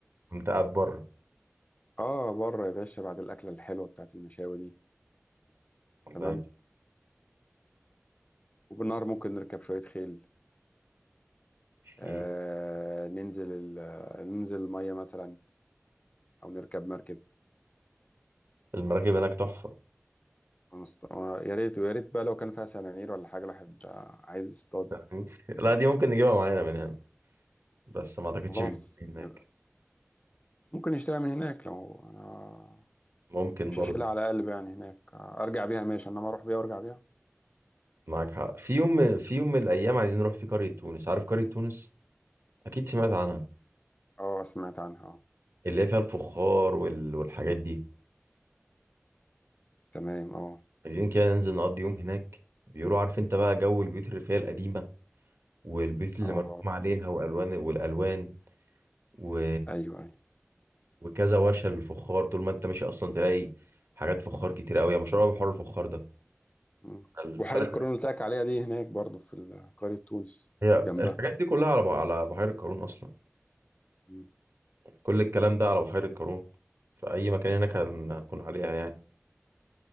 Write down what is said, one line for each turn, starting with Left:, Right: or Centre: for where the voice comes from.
Right: كنت قاعد بره
Left: اه بره يا باشا بعد الأكلة الحلوة بتاعت المشاوي دي تمام
Right: والله
Left: وبالنهار ممكن نركب شوية خيل
Right: في
Left: آه ننزل ال... آه، ننزل المية مثلا أو نركب مركب
Right: المراكب هناك تحفة
Left: ونست- آه، يا ريت ويا ريت بقى لو كان فيها سنانير ولا حاجة الواحد آه، عايز يصطاد
Right: <laughs> يعني لا دي ممكن نجيبها معانا من هنا بس ما اعتقدش
Left: خلاص
Right: بيكون في هناك
Left: يبقى. ممكن يشتريها من هناك لو آه
Right: ممكن
Left: مش
Right: برضه
Left: هشيلها على قلب يعني هناك آه، أرجع بيها ماشي إنما أروح بيها وأرجع بيها
Right: معاك حق في يوم في يوم من الايام عايزين نروح في قرية تونس عارف قرية تونس اكيد سمعت عنها
Left: اه سمعت عنها اه
Right: اللي هي فيها الفخار وال... والحاجات دي
Left: تمام اه
Right: عايزين كده ننزل نقضي يوم هناك بيقولوا عارف انت بقى جو البيوت الريفية القديمة والبيوت اللي
Left: اه
Right: مرسوم عليها والوان والالوان و...
Left: ايوه ايوه
Right: وكذا ورشه للفخار طول ما انت ماشي اصلا تلاقي حاجات فخار كتير قوي يا مشهور قوي بحوار الفخار ده
Left: مم.
Right: البلد
Left: بحيرة قارون اللي قلت لك عليها دي هناك برضو في ال- قرية تونس
Right: هي
Left: جنبها
Right: الحاجات دي كلها على ب- على بحيره قارون اصلا
Left: مم.
Right: كل الكلام ده على بحيره قارون في اي مكان هناك هن- هنكون عليها يعني